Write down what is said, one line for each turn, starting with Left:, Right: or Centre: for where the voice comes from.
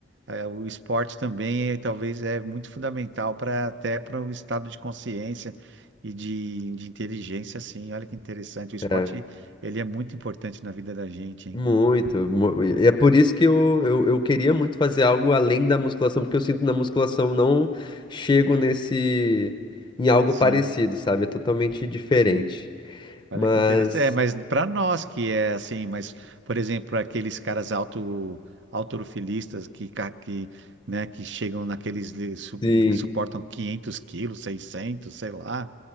Right: É, O esporte também é, talvez é muito fundamental para até para o estado de consciência e de, de inteligência, assim Olha que interessante. O esporte
Left: é,
Right: ele é muito importante na vida da gente, hein?
Left: muito. mu- E é por isso que eu, eu, eu queria muito fazer algo além da musculação, porque eu sinto na musculação não chego nesse em algo
Right: Sim,
Left: parecido, sabe? É totalmente diferente.
Right: sim. Olha
Left: Mas,
Right: que interessante. É, mas para nós que é assim, mas por exemplo aqueles caras auto autorofilistas que ca- que né que chegam naqueles li- su-
Left: sim.
Right: que suportam 500 quilos, 600 sei lá.